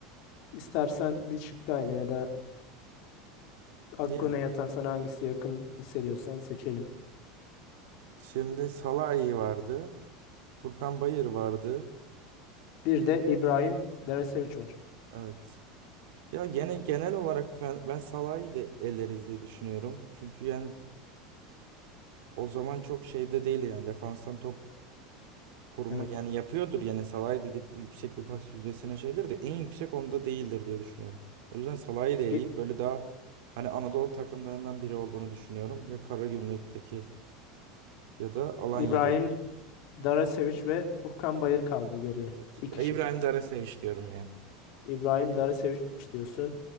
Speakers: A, on the left; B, on the right.
A: istersen bir şık daha ele ya da aklına
B: Ya,
A: yatan sana hangisi yakın hissediyorsan seçelim.
B: Şimdi Salah iyi vardı. Furkan Bayır vardı.
A: Bir de İbrahim Dereseviç var.
B: Evet. Ya gene genel olarak fen- ben Salah'ı da eleriz diye düşünüyorum. Çünkü yani o zaman çok şeyde değil yani defanstan top koruma
A: Evet.
B: yani yapıyordur yani Salah'ı dedip yüksek bir pas yüzdesine şeydir de en yüksek onda değildir diye düşünüyorum. O yüzden Salah'ı da eleyip
A: Ge-
B: böyle daha hani Anadolu takımlarından biri olduğunu düşünüyorum. Ya Karagümrük'teki ya da Alanya'daki.
A: İbrahim Daraseviç ve Furkan Bayır kaldı geriye.
B: Evet.
A: İki
B: Ya İbrahim
A: şık.
B: Dar'a seviş diyorum ya.
A: İbrahim Daraseviç diyorsun.